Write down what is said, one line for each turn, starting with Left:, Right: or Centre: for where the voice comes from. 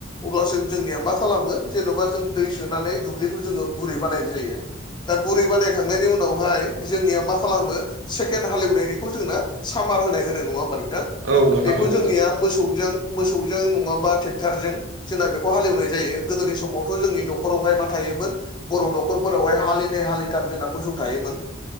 Left: अब्लासम जोंनिया मा खालामो जेन'बा जों दै सोनानै दुब्लिखौ जोङो गुरै बानायनाय जायो। दा बुरै बानायखांनायनि उनावहाय जोंनिया मा खालामो फेन हालेवनायनिखौ जोंना सामार होनाय होनो नङा होमबा नोंथां?
Right: औ नोंथां
Left: बेखौ
Right: औ
Left: जोंनिया मोसौजों मोसौजों नङाबा ट्रेक्टरजों जोंना बेखौ हालेवनाय जायो गोदोनि समावथ' जोंनि न'खरावहाय मा थायोमोन बर' न'खरफोरावहाय हालिनै हालिथार जोंना मोसौ थायोमोन